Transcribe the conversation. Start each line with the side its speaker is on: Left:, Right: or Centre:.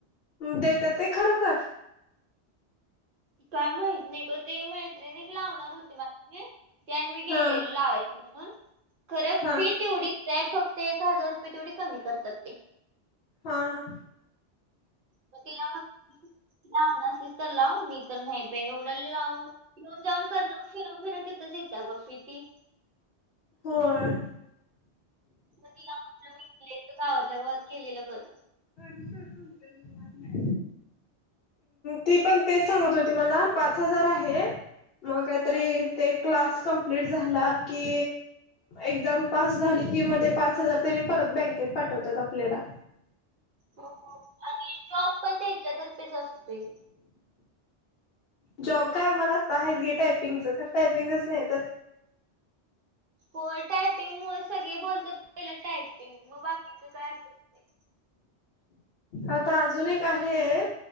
Left: देत्यात ते खरोखर?
Right: काय माहित नाही ग, ते मैत्रीण एक लावणार होती माझी. ते आणि मी गेलेलो
Left: हा
Right: लावायचं म्हणून खरं
Left: हा
Right: फी तेवढी ते फक्त एक हजार रुपये तेवढी कमी करतात ते.
Left: हा हा.
Right: मग तिला म्हणली, लावनार असलीस तर लाव मी तर नाही बे एवढ्याला लाऊ येऊन, जाऊन कारण फिरून फिरून तिथंच येते ग फी ती.
Left: होय.
Right: मग तिला म्हटलं ईथल्या ईथं गावातल्या गावात केलेलं बर.
Left: <unintelligible> ती पण तेच सांगत होती मला, पाच हजार आहे मग काहीतरी.
Right: हं
Left: ते क्लास कमप्लीट झाला की. एक्झाम पास झाली कि म पाच हजार त्यानी परत बँकेत पाठवतात आपल्याला.
Right: हो हो आणि जॉब पण त्यांच्यातर्फेच असतोय.
Left: जॉब काय आमाला आता हाय की टायपिंगचं खर टायपिंगच नाही तर.
Right: होय टायपिंगमुळे सगळे बोलतात पहिलं टायपिंग मग बाकीच काय असेल ते.
Left: आता अजून एक आहे